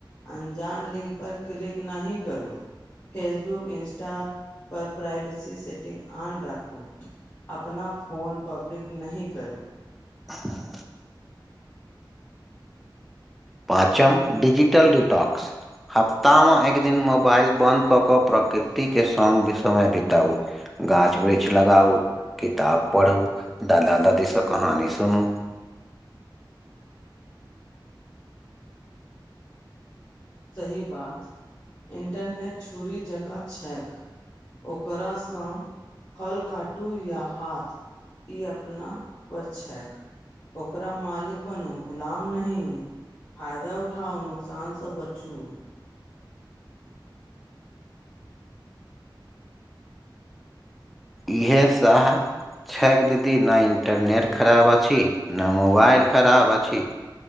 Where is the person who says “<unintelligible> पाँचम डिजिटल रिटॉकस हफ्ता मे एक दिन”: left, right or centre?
Centre